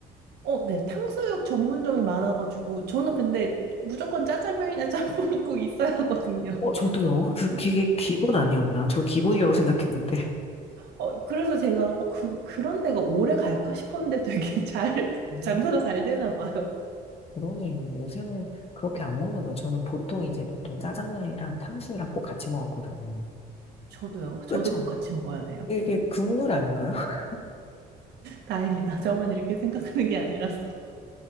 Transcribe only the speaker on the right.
어, 네. 탕수육 전문점이 많아가지고, 저는 근데 무조건 짜장면이나 짬뽕이 꼭 있어야 하거든요.
어, 그래서 제가, 어, 그, 그런 데가 오래 갈까 싶었는데 되게 <laughs> 잘,
장사가 잘 되나 봐요.
저도요.
저도 꼭 같이 먹어야 돼요.
다행이다. 저만 이렇게 생각하는 게 아니라서.